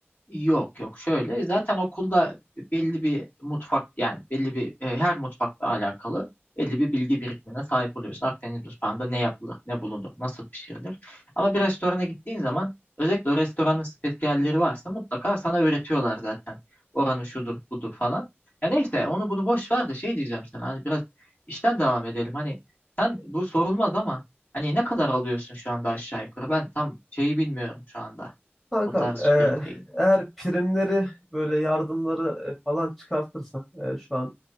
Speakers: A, on the left (about 45°); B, in the centre.
A: Yok yok şöyle zaten okulda belli bir mutfak yani belli bir e, her mutfakla alakalı belli bir bilgi birikimine sahip oluyorsun. Akdeniz mutfağında ne yapılır, ne bulunur, nasıl pişirilir. Ama bir restorana gittiğin zaman özellikle o restoranın spesiyalleri varsa mutlaka sana öğretiyorlar zaten. Oranı şudur budur falan. Ya neyse onu bunu boş ver de şey diyeceğim sana hani biraz işten devam edelim. Hani sen bu sorulmaz ama hani ne kadar alıyorsun şu anda aşağı yukarı ben tam şeyi bilmiyorum şu anda
B: Kankam,
A: o tarz işlerin
B: e,
A: şeyini.
B: eğer primleri böyle yardımları e, falan çıkartırsak e, şu an